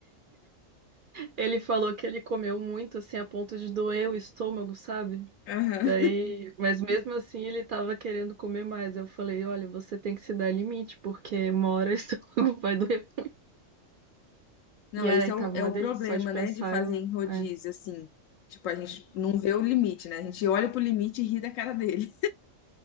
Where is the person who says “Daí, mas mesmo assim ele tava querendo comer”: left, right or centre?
Right